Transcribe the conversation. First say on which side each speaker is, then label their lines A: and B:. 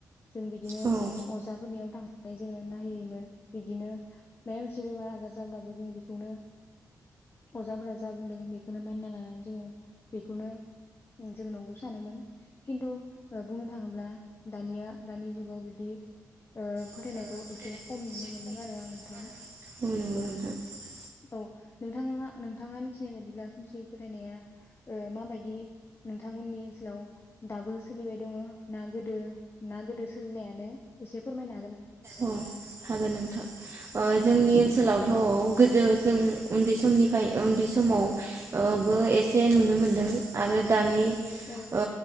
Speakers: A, on the left; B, on the right.
A: जों बिदिनो
B: औ औ
A: अजाफोरनियाव थांनानै जोङो नायहैयोमोन बिब्दिनो माबा मोनसे बेमार आजार जाब्लाबो जों बेखौनो अजाफोरा जा बुंदों बेखौनो मानिना लानानै जोङो बेखौनो जों नंगौ सानोमोन खिन्थु बुंनो थाङोब्ला दानिया दानि जुगाव बिबदि ओ
B: नंगौ
A: फोथायनायखौ एसे खम नुनो मोनदों आरो आं नोंथां।
B: <inaudible>
A: औ नोंथाङा नोंथाङा मिथिनाय बायदिब्ला खोमसि फोथायनाया ओ माबायदि नोंथांमोननि ओनसोलाव दाबो सोलिबाय दङ ना गोदो ना गोदो सोलिनायानो एसे फोरमायना
B: अ जोंनि
A: औ
B: ओनसोलावथ' गोदो जों उन्दै समनिफ्राय उन्दै समाव <unintelligible> एसे नुनो
A: औ
B: मोनदों आरो दानि
A: औ
B: ओ